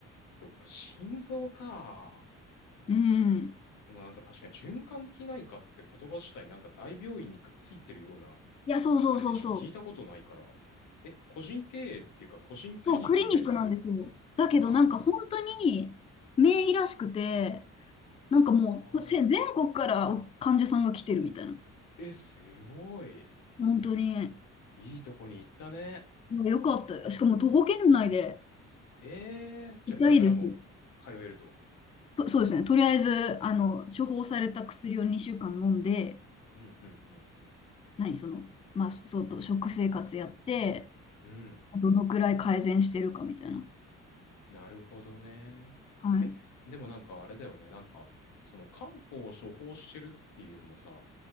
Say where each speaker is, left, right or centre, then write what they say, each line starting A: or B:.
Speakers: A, on the left; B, on the left.
A: そっか、心臓か。
B: うん。
A: でもなんか確かに循環器内科って言葉自体なんか大病院にくっついてるような
B: いや、そうそうそうそう。
A: あれでしか聞いたことないから。え、個人経営っていうか、個人クリニックみたいな
B: そう、クリニックなんですよ。だけど、
A: あ、
B: なんか本当に、名医らしくて、なんかもう、
A: あー
B: せ全国から患者さんが来てるみたいな。
A: え、すごい。
B: 本当に。
A: いいとこに行ったね。
B: よかったよ。しかも徒歩圏内で、
A: えー、じゃあこれからも通えると。
B: めっちゃいいです。とそうですね。とりあえず、あの、処方された薬を2週間飲んで、
A: うん、うん、うん、うん。
B: 何、その、まあ、そうと、食生活やって、
A: うん、
B: どのくらい改善してるかみたいな。
A: なるほどね。
B: はい。
A: え、でもなんかあれだよね。なんか、その漢方を処方してるっていうのもさ、